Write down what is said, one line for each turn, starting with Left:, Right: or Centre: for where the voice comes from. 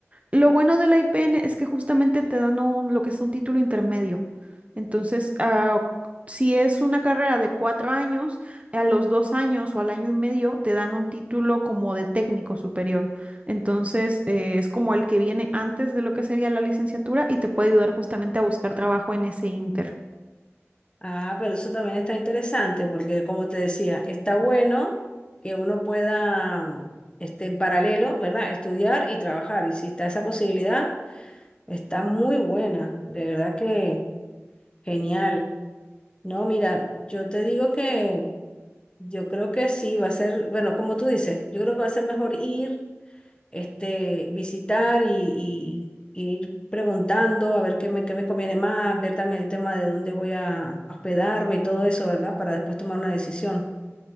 Right: Lo bueno de la IPN es que justamente te dan un- lo que es un título intermedio. Entonces, ah, si es una carrera de cuatro años, a los dos años o al año y medio te dan un título como de técnico superior. Entonces, eh, es como el que viene antes de lo que sería la licenciatura y te puede ayudar justamente a buscar trabajo en ese inter.
Left: Ah, pero eso también está interesante porque, como te decía, está bueno que uno pueda, este, en paralelo, ¿verdad? Estudiar y trabajar. Y si está esa posibilidad, está muy buena, de verdad que genial. No, mira, yo te digo que yo creo que sí, va a ser, bueno, como tú dices, yo creo que va a ser mejor ir. este, visitar y, y- y ir preguntando a ver qué me, qué me conviene más, ver también el tema de dónde voy a hospedarme y todo eso, ¿verdad? Para después tomar una decisión.